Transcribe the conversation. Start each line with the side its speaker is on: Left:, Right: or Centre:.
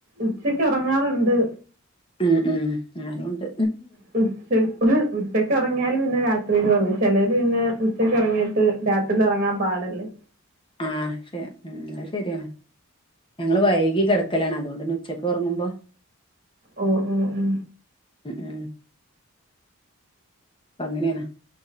Right: ഉച്ചക്ക് ഒറങ്ങാറുണ്ട്
Left: ഉം ഉം ഞാനും ഉണ്ട്
Right: <unintelligible> ഉച്ചക്ക് ഉറങ്ങിയാല് പിന്നെ രാത്രീലും ഉറങ്ങും ചെലര് പിന്നെ ഉച്ചക്ക് ഉറങ്ങീട്ട് രാത്രില് ഉറങ്ങാൻ പാടല്ലേ
Left: ആ ശെരി ഉം അത് ശെര്യാണ് ഞങ്ങള് വൈകി കിടക്കലാണ് അതുകൊണ്ടന്നെ ഉച്ചക്ക് ഉറങ്ങുമ്പോ
Right: ഓ ഓ ഓ
Left: ഉം അപ്പങ്ങനെയാണ്